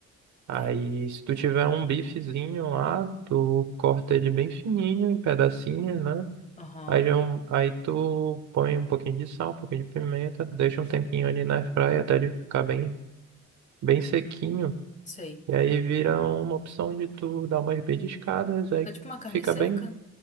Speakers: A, on the right; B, on the left.
A: Aí,
B: tenho.
A: se tu tiver um bifezinho lá, tu corta ele bem fininho, em pedacinhos, né?
B: Aham,
A: Aí, já é um- aí tu põe um pouquinho de sal, um pouquinho de pimenta, deixa um tempinho ali na airfryer até ele ficar bem, bem sequinho.
B: sei.
A: E aí vira uma opção de tu dar umas beliscadas, aí
B: Fica tipo uma carne
A: fica
B: seca?
A: bem